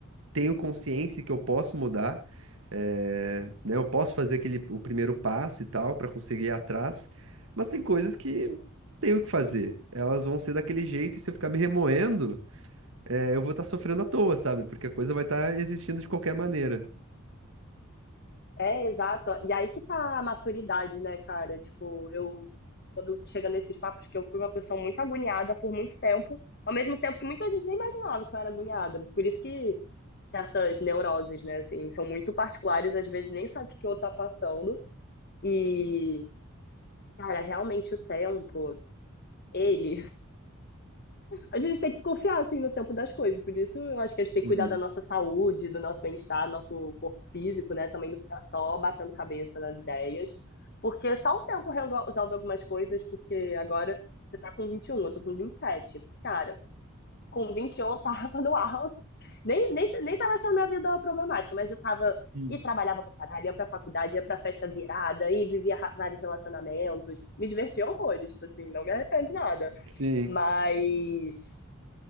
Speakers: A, on the right (about 65°); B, on the left (about 45°).
A: tenho consciência que eu posso mudar, eh, né? Eu posso fazer aquele o primeiro passo e tal para conseguir ir atrás, mas tem coisas que tenho que fazer. Elas vão ser daquele jeito e se eu ficar me remoendo, eh, eu vou estar sofrendo à toa, sabe? Porque a coisa vai estar existindo de qualquer maneira.
B: É, exato. E aí que tá a maturidade, né, cara? Tipo, eu, quando chega nesses papos, que eu fui uma pessoa muito agoniada por muito tempo, ao mesmo tempo que muita gente nem imaginava que eu era agoniada. Por isso que certas neuroses, né, assim, são muito particulares, às vezes nem sabe o que que o outro tá passando. E, cara, realmente o tempo, ele. <laughs> A gente tem que confiar, assim, no tempo das coisas. Por isso, eu acho que a gente tem
A: Uhum.
B: que cuidar da nossa saúde, do nosso bem-estar, do nosso corpo físico, né? Também não ficar só batendo cabeça nas ideias. Porque só o tempo resolve algumas coisas, porque agora você tá com vinte e um eu tô com vinte e sete Cara, com 21 eu tava no ar Nem, nem, nem tava achando minha vida problemática, mas eu tava.
A: Hum.
B: E trabalhava pra caralho, ia pra faculdade, ia pra festa virada, e vivia ra- vários relacionamentos. Me divertia horrores, tipo assim, não me arrependo de nada.
A: Sim.
B: Mas.